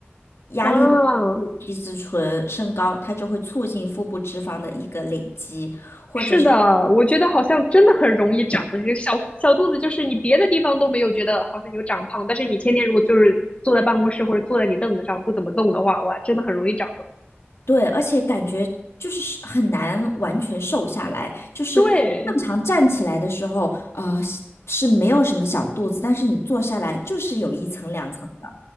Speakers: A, on the left; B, on the left.
A: 压力的
B: 啊。
A: 皮质醇升高，它就会促进腹部脂肪的一个累积。或者。
B: 是的，我觉得好像真的很容易长，这小小肚子就是你别的地方都没有觉得好像有长胖，但是你天天如果就是坐在办公室或者坐在你凳子上不怎么动的话，哇，真的很容易长肉。
A: 对，而且感觉就是是很难完全瘦下来，就是正常站起来的时候，
B: 对，
A: 呃，是是没有什么小肚子，但是你坐下来就是有一层两层的。